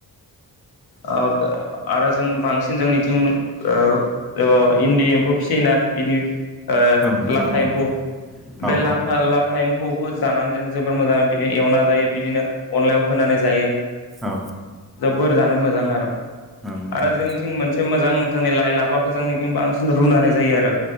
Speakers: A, on the left (about 70°); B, in the centre.
A: ओब आरो जों बांसिन जोंनिथिं ओ अ इन्दि एम्फौ फिसियोना इनि ओ
B: औ
A: लाथा एम्फौ
B: औ
A: बे लाथा
B: औ
A: ला था एम्फौखो जानानै जों जोबोर मोजां बिनो एवना जायो बिदिनो अनलायाव होनानै जायो।
B: औ
A: जोबोर जानो मोजां आरो।
B: नोंथां
A: आरो जोंनिथिं
B: औ
A: मोनसे मोजां जोंनि लाइ लाफा जोंनिथिं बांसिन रुनानै जायो आरो